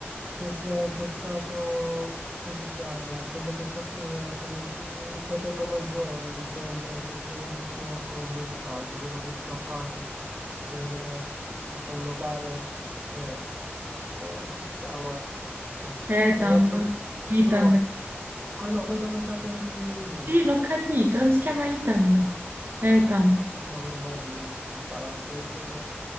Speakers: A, on the right; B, on the right.
A: che, si è, che è stato, come si chiama? Quello che c'ha pure che- il fratello maggiore di quello che poi adesso ha confessato, quello che è scappato, che eh, a quanto pare, eh, eh, come si chiama? Eh,
B: Ethan,
A: ragazzo,
B: Ethan,
A: no, quello, quello con i capelli lunghi.
B: Sì, l'ho capito, non si chiama Ethan. Ethan.
A: No, Non ho mai imparato. eh,